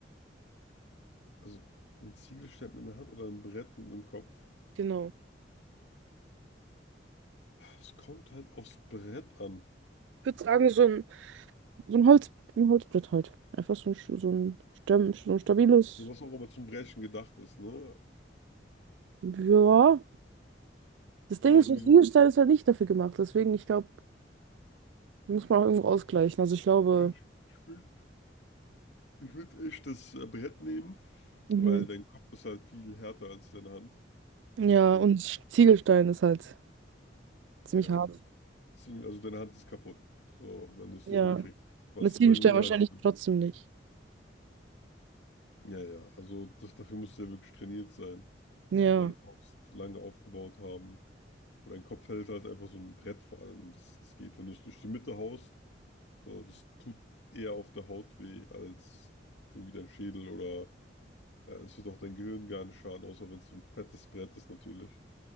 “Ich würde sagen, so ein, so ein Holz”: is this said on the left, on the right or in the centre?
Right